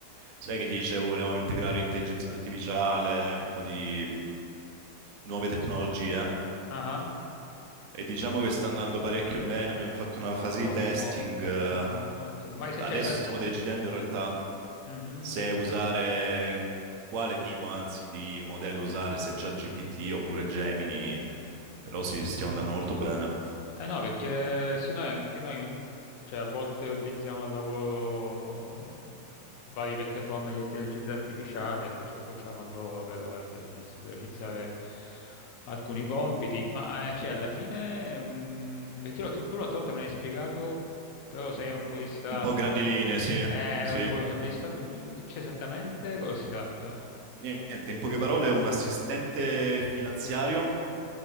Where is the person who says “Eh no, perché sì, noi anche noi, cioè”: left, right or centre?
Left